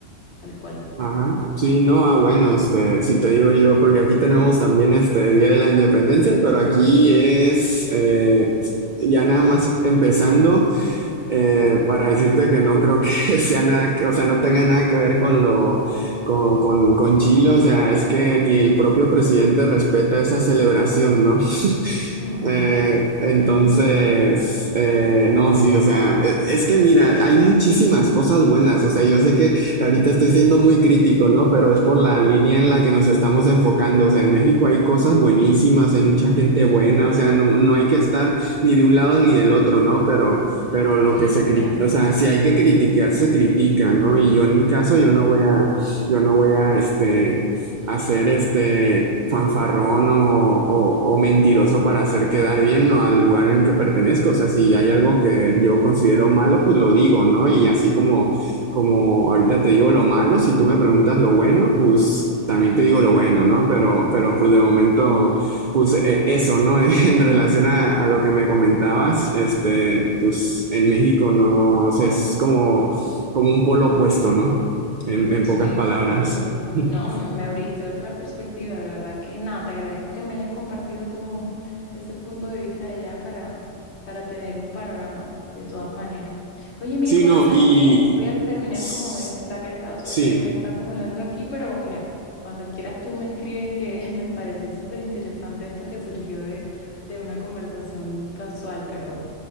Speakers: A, on the left; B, on the right.
A: tal cual.
B: Ajá, sí, no, ah, bueno, este, si te digo yo, porque aquí tenemos también este Día de la Independencia, pero aquí es eh, ya nada más empezando. Eh, para decirte que no creo que <laughs> sea nada que, o sea, no tenga nada que ver con lo, con, con, con Chile, o sea, es que ni el propio presidente respeta esa celebración, ¿no? <laughs>
A: Mm,
B: Eh, entonces,
A: imagínate.
B: eh, no, sí, o sea, eh, es que mira, hay muchísimas cosas buenas, o sea, yo sé que ahorita estoy siendo muy crítico, ¿no? Pero es por la línea en la que nos estamos enfocando, o sea, en México hay cosas buenísimas, hay mucha gente buena, o sea, no, no hay que estar ni de un lado ni del otro, ¿no? Pero... Pero lo
A: Sí,
B: que se critica,
A: claro.
B: o sea, si hay que criticar, se critica, ¿no? Y yo en mi caso, yo no voy a, yo no voy a, este, hacer este fanfarrón o, o, o mentiroso para hacer quedar bien, ¿no? Al lugar en que pertenezco. O sea, si hay algo que yo considero malo, pues lo digo, ¿no? Y así como, como ahorita te digo lo malo, si tú me preguntas lo bueno, pues también te digo lo bueno, ¿no? Pero, pero pues de momento. Pues eh, eso, ¿no? <laughs> En relación a, a lo que me comentabas, este, pues en México no, o sea, es como, como un polo opuesto, ¿no? En, en
A: Sí,
B: pocas palabras.
A: sin duda.
B: <laughs>
A: No, me, me abriste otra perspectiva, de verdad que nada, te agradezco que me hayas compartido como <laughs> ese punto de vista de allá para, para tener un panorama, de todas maneras. Oye, mire,
B: Sí,
A: Juan,
B: no,
A: ¿sabes
B: y
A: qué? Voy a terminar
B: s-
A: como de sacar esta basura
B: sí.
A: que se me está acumulando aquí, pero mira, cuando quieras tú me escribes que <laughs> me pareció súper interesante esto que surgió de, de una conversación casual, pero